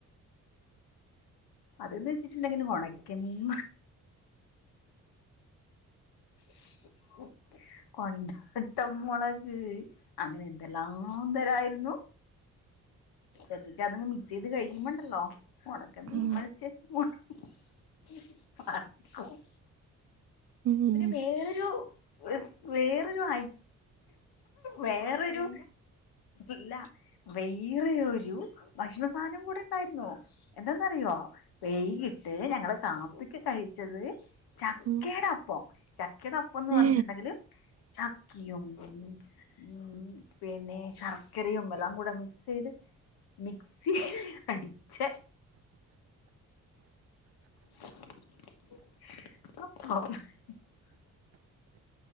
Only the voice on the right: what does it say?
ഉം
ഉം
ഉം.
ഏ